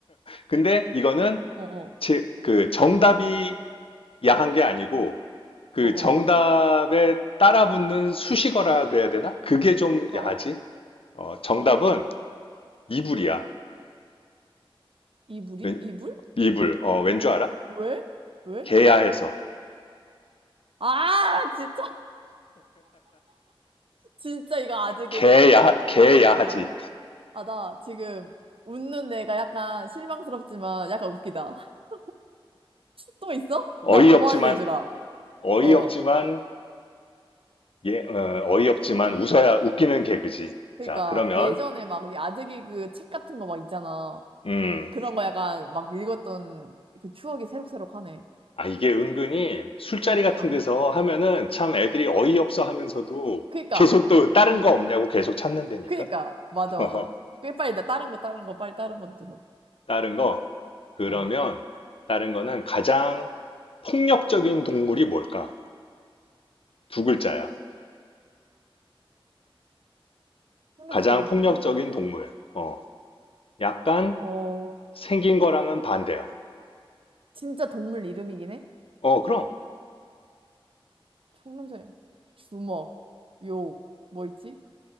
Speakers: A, on the left (about 70°); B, on the right (about 65°).
A: 근데 이거는
B: 어어,
A: 제- 그 정답이 야한 게 아니고 그
B: 어어,
A: 정답에 따라붙는 수식어라 그래야 되나? 그게 좀
B: 어어.
A: 야하지. 어, 정답은 이불이야.
B: 이불이?
A: 웬-
B: 이불?
A: 이불. 어, 왠 줄 알아?
B: 왜? 왜?
A: 개야해서
B: 아, 진짜, <laughs> 진짜 이거 아재
A: 개야
B: 개그다.
A: 개야하지
B: 진짜 나. 아, 나 지금 웃는 내가 약간 실망스럽지만 약간 웃기다. <laughs> 또 있어?
A: 어이없지만
B: 나 더 많이 내주라.
A: 어이없지만
B: 어.
A: 예, 어, 이없지만 웃어야 웃기는 개그지.
B: 그러니까
A: 자, 그러면
B: 예전에 막이 아재 개그 책 같은 거 막 있잖아.
A: 음,
B: 그런 거 약간 막 읽었던 그 추억이 새록새록하네.
A: 아 이게 은근히 술자리 같은
B: 어, 어.
A: 데서 하면은 참 애들이 어이없어 하면서도
B: 그러니까,
A: 계속 또 다른 거 없냐고 계속 찾는 데니까.
B: 그러니까. 맞아,
A: <laughs>
B: 맞아. 꽤 빨리 나 다른 거, 다른 거, 빨리 다른 것도 줘.
A: 다른 거 그러면
B: 어.
A: 다른 거는 가장 폭력적인 동물이 뭘까? 두 글자야.
B: 폭력적인
A: 가장 폭력적인
B: 동물?
A: 동물. 어, 약간
B: 어,
A: 생긴 거랑은 반대야.
B: 진짜 동물 이름이긴 해?
A: 어, 그럼.
B: 청렴생 주먹, 욕, 뭐 있지?